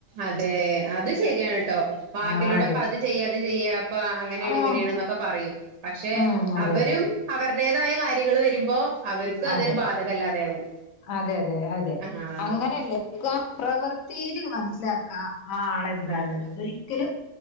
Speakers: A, on the right; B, on the left.
A: അതെ അത് ശരിയാണ് കേട്ടോ ബാക്കിലൂടെഇപ്പ
B: ആഹ് അതെ
A: അത് ചെയ്യാഇത് ചെയ്യാ ഇപ്പഅങ്ങനെയാണ്
B: ആഹ്
A: ഇങ്ങനെയാണ് എന്നൊക്കെ പറയും പക്ഷെ
B: ഉം അതെ
A: അവരും
B: അതെ
A: അവർ <unintelligible> കാര്യങ്ങൾ വരുമ്പോ അവർക്കും അതൊരു
B: അതെ
A: ബാധകല്ലാതാവും
B: അതെ അതെ അതെ
A: ആഹ്
B: അങ്ങനെയല്ല ക്ലാ പ്രവൃത്തിയിൽ മനസ്സിലാക്കും ആ ആളെന്താണെന്ന്
A: അതെ
B: ഒരിക്കലും